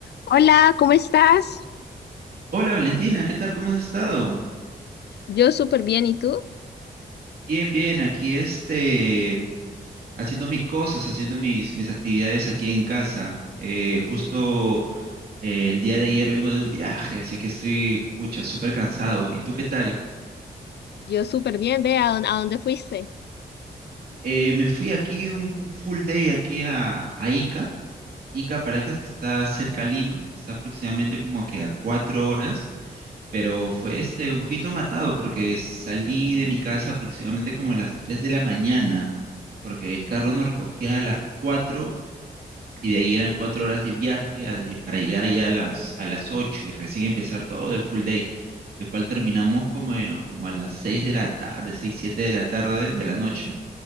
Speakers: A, on the left; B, on the right.
A: Hola, ¿cómo estás?
B: Hola Valentina, ¿qué tal? ¿Cómo has estado?
A: Yo súper bien, ¿y tú?
B: Bien, bien, aquí este, haciendo mis cosas, haciendo mis, mis actividades aquí en casa. Eh, justo eh, el día de ayer vengo de un viaje, así que estoy, pucha, súper cansado. ¿Y tú qué tal?
A: Yo súper bien, ve a dónde, a dónde fuiste.
B: Eh, me fui aquí un full day aquí a, a Ica. Ica, Paracas, que está cerca a Lima, está aproximadamente como que a cuatro horas. pero fue este un poquito matado porque salí de mi casa aproximadamente como a las 3 de la mañana, porque el carro nos recogía a las 4 y de ahí eran 4 horas de viaje a- y para llegar allá a las, a las 8 y recién empezar todo el full day, el cual terminamos como, como a las 6 de la tarde, 6 7 de la tarde de la noche